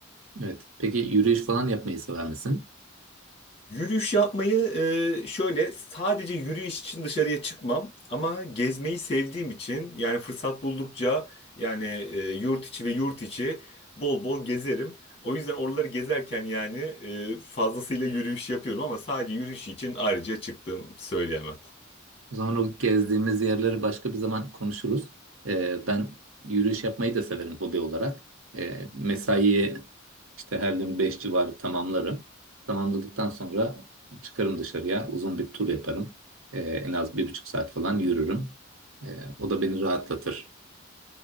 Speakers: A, on the right; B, on the left.
A: Evet. Peki yürüyüş falan yapmayı sever misin?
B: Yürüyüş yapmayı e, şöyle sadece yürüyüş için dışarıya çıkmam ama gezmeyi sevdiğim için yani fırsat buldukça yani e, yurt içi ve yurt içi bol bol gezerim. O yüzden oraları gezerken yani e, fazlasıyla yürüyüş yapıyorum ama sadece yürüyüş için ayrıca çıktığım söyleyemem.
A: O zaman o gezdiğimiz yerleri başka bir zaman konuşuruz. Ee, ben yürüyüş yapmayı da severim hobi olarak. Ee, mesaiyi işte her gün 5 civarı tamamlarım. Tamamladıktan sonra çıkarım dışarıya, uzun bir tur yaparım. Ee, en az bir buçuk saat falan yürürüm. Ee, o da beni rahatlatır.